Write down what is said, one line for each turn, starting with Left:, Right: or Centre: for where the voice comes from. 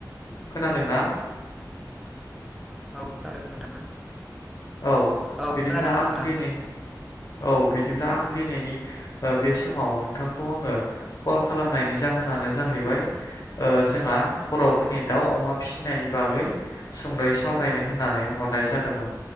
Left: खोनादों ना।
Centre: औ खोनादों नोंथां।
Left: औ
Centre: औ
Left: बिदिब्ला
Centre: खोनादों नोंथां
Left: आं दिनै औ बिदिब्ला आं दिनैनि बे समाव नोंथांखौ आङो कल खालामनायनि जा जाहोनानो जाहैबाय ओ जोंहा बर'फोरनि दाउ अमा फिसिनायनि बागै सुंदै'यै सावरायनो होननानै हरनाय जादोंमोन।